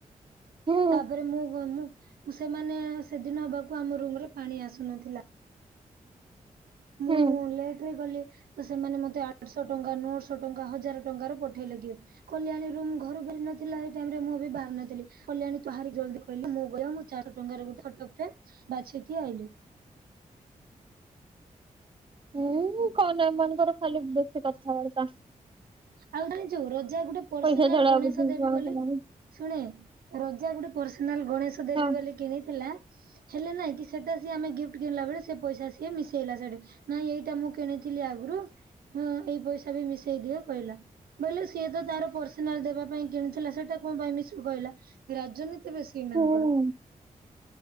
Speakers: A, on the right; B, on the right.
A: ହୁଁ
B: ତାପରେ ମୁଁ ମୁ ସେମାନେ ସେଦିନ ହବାକୁ ଆମ ରୁମରେ ପାଣି ଆସେ ଶୁ ନଥିଲା। ମୁଁ
A: ହୁଁ
B: ଲେଟ୍ ରେ ଗଲି। ତ ସେମାନେ ମତେ ଆଠଶହ ଟଙ୍କା ନଅଶହ ଟଙ୍କା ହଜାର ଟଙ୍କାର ର ପଠେଇଲେ କି? କଲ୍ୟାଣୀ ରୁ ଘରୁ ବା ନଥିଲା ସେଇ ଟାଇ ରେ ମୁଁ ବି ବାହାରି ନଥିଲି କଲ୍ୟାଣୀ ତହାରି ଜଲଦି କହିଲି ମୁଁ ଚାରିଶହ ଟଙ୍କାର ଗୋଟେ ଫଟୋପେ ବାଛକି ଆଇଲେ।
A: ହୁଁ କନ ଏମାନାନଙ୍କର ଖାଲି ବେଶୀ କଥାବାର୍ତ୍ତା।
B: ଆଉ ଜାଣିଛୁ ରଜା ଗୋଟେ ପର୍ସନାଲ
A: ପଇସା ଝାଡା
B: ଗଣେଶ
A: ବୁଦ୍ଧି
B: ଦେବୀ
A: କଣ
B: ବୋଲି
A: କଲାଣି।
B: ଶୁଣେ ରଜା ଗୋଟେ ପର୍ସନାଲ ଗଣେଶ ଦେବୀ
A: ହଁ
B: ବୋଲି କହିଥିଲା। ହେଲେ ନାଇଁ କି ସେଟା ସି ଆମେ ଗିଫ୍ଟ କିଣିଲା ବଳେ ସେ ପଇସା ସିଏ ମିଶେଇଲା ସେଠେ। ନାଇଁ ଏଇଟା ମୁଁ କିଣିଥିଲି ଆଗରୁ ଏଇ ପଇସା ବି ମିଶେଇ ଦିଅ। କହିଲା ବୋଇିଲେ ସିଏ ତ ତାର ପର୍ସନାଲ ଦେବା ପାଇଁ କିଣିଥିଲା ସେଟା କଣ ପାଇଁ ମିଶୁ କହିଲା। ରାଜନୀତି ବେଶୀ ଏମାନଙ୍କର।
A: ହୁଁ